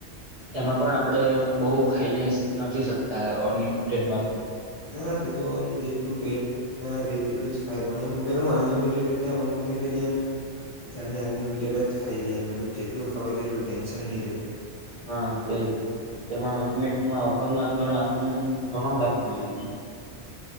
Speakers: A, on the right; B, on the left.
A: તેમાં પણ આપણે બહુ ખાઈ ન નથી શકતા અનલિમિટેડમાં પણ.
B: હ તે તોમ જેટલું પેટમાં રહી તેટલું જ ખાય પણ એમ પે હ અનલિમિટેડ એટલે એમ અમુક ને પેલી એમ, ચાલને અનલિમિટેડ જ ખાઈ લઈ એ મતલ જેટલું ખવા તેટલું ટેન્શન નહી રહે.
A: હા તે તેમાં લીમીટમાં ઓફરમાં પણ આપણને ઘણો લાભ મળ્યો.